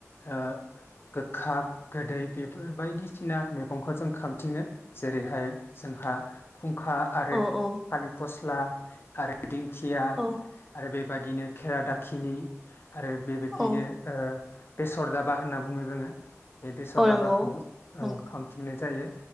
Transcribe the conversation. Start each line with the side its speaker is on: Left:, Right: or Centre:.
Left: ओ गोखा गोदै बेफोर बायदिसिना मेग मेगंखौ जों खांथिङो जेरैहाय जोंहा, फुंखा आरो
Centre: औ औ
Left: थालिर फस ला आरो दिं थिया
Centre: औ
Left: आरो बे बादिनो खेरा दाखिनि आरो बेबायदिनो
Centre: औ
Left: ओ बेसर दाबा होनना बुङो जोङो बे बेसर
Centre: औ
Left: दाबाखौ
Centre: नंगौ नंगौ
Left: औ बुंनाय जायो।